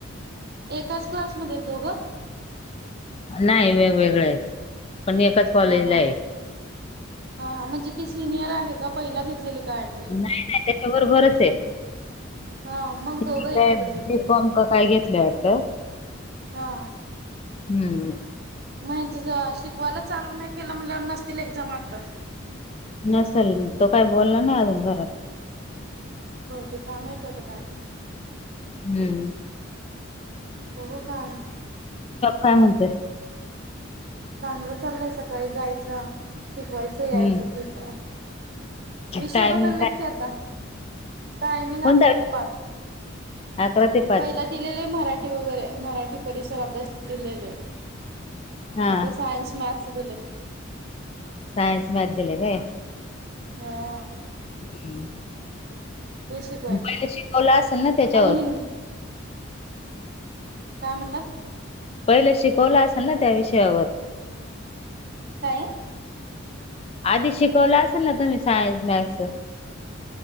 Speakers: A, on the right; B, on the left.
A: एकाच क्लासमध्ये दोघं?
B: नाही वेगवेगळ आहेत, पण एकाच कॉलेजला
A: हा हा
B: आहे
A: हा म्हणजे ते सिनियर आहे का पहिला घेतलेली कार्ड?
B: नाही नाही त्याच्या बरोबरच आहे.
A: हा मग
B: तिने
A: दोघं एकीकडे
B: काय
A: घेतले
B: बिकॉम का काय घेतलं वाटत.
A: हा
B: हम्म हम्म.
A: म्हण शिकवायच चालू नाही केलं म्हण ल नसतील एक्झाम आताच.
B: नसेल मग तो काय बोलला नाही अजून घरात.
A: ब ते कामाच आता काय केलं न
B: हम्म.
A: बघू का होतं
B: काय म्हणतोय?
A: चांगलं चाललंय सकाळी जायचं शिकवायचं यायचं
B: हम्म
A: तिच. विषय
B: टायमिंग
A: बदललेत
B: काय
A: की आता, टायमिंग
B: कोणता
A: अकरा ते पाच.
B: अकरा ते पाच.
A: पहिला दिलेले आहे मराठी वगैरे मराठी परिसर अभ्यास दिलेले.
B: हा
A: आता सायन्स मॅथस दिलेत.
B: सायन्स मॅथ्स दिलेत होय.
A: हा.
B: हम्म,
A: ते शिकवायचं
B: पहिला
A: होता
B: शिकवला असेल ना त्याच्यावर
A: आणि हिंदी काय म्हणलात?
B: पहिले शिकवलं असेल ना त्या विषयावर.
A: काय?
B: आधी शिकवलं असेल ना तुम्ही सायन्स मॅथस.